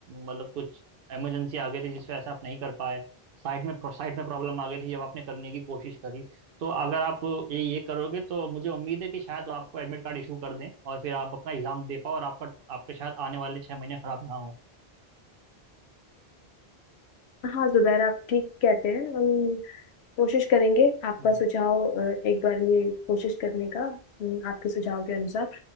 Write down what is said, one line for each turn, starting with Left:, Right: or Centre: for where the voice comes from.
Right: मतलब कुछ इमरजेंसी आ गई थी जिस वजह से आप नहीं कर पाए साइट में साइट में प्रॉब्लम आ गई थी जब आपने करने की कोशिश करी तो अगर आप ये ये करोगे तो मुझे उम्मीद है कि शायद वो आपको एडमिट कार्ड इशू कर दें और फिर आप अपना एग्जाम दे पाओ और आपका आपके शायद आने वाले छह महीने खराब ना हो
Left: हाँ जुबैर आप ठीक कहते हैं हम कोशिश करेंगे आपका
Right: हम्म
Left: सुझाव अ, एक बार ये कोशिश करने का अम, आपके सुझाव के अनुसार